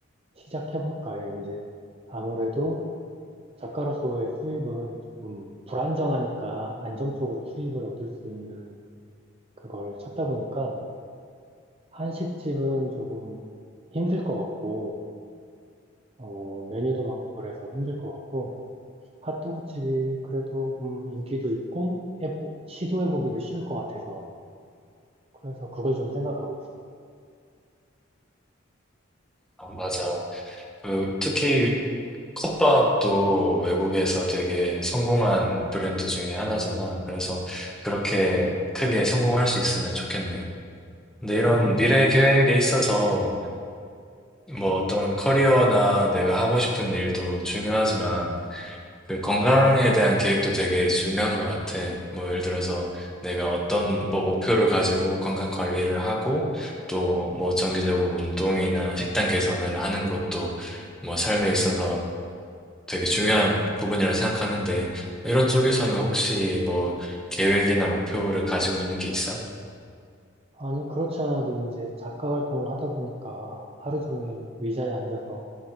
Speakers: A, on the right; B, in the centre.
A: 시작해볼까 해. 이제 아무래도 작가로서의 수입은 조금 불안정하니까 안정적으로 수입을 얻을 수 있는 그걸 찾다 보니까 한식집은 조금 힘들 것 같고, 어, 메뉴도 많고 그래서 힘들 것 같고, 핫도그집이 그래도 음, 인기도 있고, 해보, 시도해보기도 쉬울 것 같아서, 그래서 그걸 좀 생각하고 있어.
B: 아, 맞아. 그 특히 컵밥도 외국에서 되게 성공한 브랜드 중에 하나잖아. 그래서 그렇게 크게 성공할 수 있으면 좋겠네. 근데 이런
A: 어,
B: 미래 계획에 있어서 뭐 어떤 커리어나 내가 하고 싶은 일도 중요하지만 그 건강에 대한 계획도 되게 중요한 것 같아. 뭐 예를 들어서 내가 어떤 뭐 목표를 가지고 건강 관리를 하고 또 뭐 정기적으로 운동이나 식단 개선을 하는 것도 뭐 삶에 있어서 되게 중요한 부분이라 생각하는데 이런 쪽에서는 혹시 뭐 계획이나 목표를 가지고 있는 게 있어?
A: 아니, 그렇지 않아도 이제 작가 활동을 하다 보니까 하루 종일 의자에 앉아서